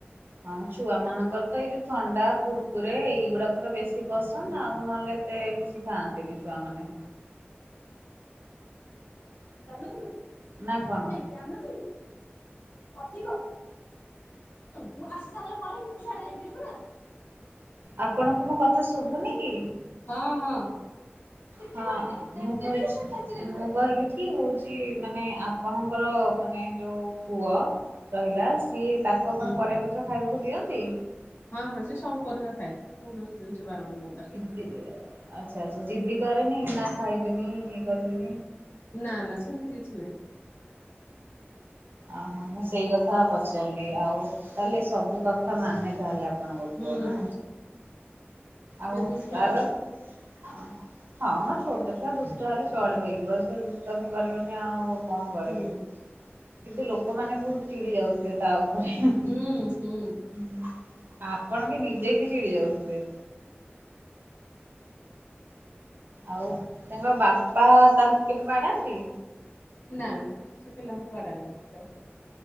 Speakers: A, on the right; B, on the left.
A: ହଁ ଛୁଆମାନଙ୍କର ତ ଏଇ ଯୋଉ ଥଣ୍ଡା କୁୁରକୁରେ ଏଇଗୁଡ଼ାକ ତ ବେଶୀ ପସନ୍ଦ
B: ହୁଁ
A: ଆଉ ନହେଲେ ଏତେ କିଛି ଖାଆନ୍ତିନି ଛୁଆମାନେ।
B: ଜାଣିନଥିଲୁ?
A: ନାଁ କଣ?
B: ଜାଣିନଥିଲୁ ତୁ? ଅଧିକ ମୁଁ ଆସି ସାରିଲା ପରେ ତୁ ସିଆଡ଼େ ଯାଇପାରିବୁନା।
A: ଆପଣଙ୍କୁ ମୋ କଥା ଶୁଭୁନି କି?
B: ହଁ, ହଁ।
A: ହଁ ମୁଁ କଇ ମୁଁ କହିଲି କି ହଉଚି ମାନେ ଆପଣଙ୍କର ମାନେ ଯୋଉ ପୁଅ ରହିଲା ସିଏ ତାକୁ ଆପଣ
B: ହୁଁ
A: ପରିବା ପତ୍ର ଖାଇବାକୁ ଦିଅନ୍ତି?
B: ହଁ ହଁ ସିଏ ସବୁ ପରିବା ଖାଏ କୌଣସି ଦିରେ ସେ ବାରଣ ନାହିଁ ତାର।
A: ଦି ଆଚ୍ଛା ଆଚ୍ଛା ଜିଦି କରେନି ନାଁ ଖାଇବିନି ଇଏ କରିବିନି?
B: ନା ନା ସେମିତି କିଛି ନାହିଁ।
A: ଓହୋ ମୁଁ ସେଇ କଥା ପଚାରିଲି ଆଉ ତାହେଲେ ସବୁ କଥ କଥା ମାନେ ତାହେଲେ ଆପଣଙ୍କ
B: ହୁଁ
A: ପୁଅ ନା
B: ହୁଁ ଟିକେ
A: ଆଉ
B: ଦୁଷ୍ଟ
A: ତାର
B: ଆଉ
A: ହ ହଁ ମୋର ଛୋଟ ଛୁଆ ଦୁଷ୍ଟ ହେଲେ ଚଳିବ ଏଇ ବର୍ସରେ ଦୁଷ୍ଟାମି କରିବନି ଆଉ କଣ କରିବି?
B: ହୁଁ
A: କିନ୍ତୁ ଲୋକମାନେ ବହୁତ ଚିଡି ଯାଉଥିଲେ ତା ଉପରେ। ହଁ
B: ହୁଁ ହୁଁ
A: ଆପଣ ବି ନିଜେ ବି ଚିଡି ଯାଉଥିବେ। ଆଉ ତାଙ୍କ ବାପା ତା କେବେ ବାଡାନ୍ତି?
B: ନା ନା ସେ ପିଲାମକୁ ବାସନ୍ତିନି।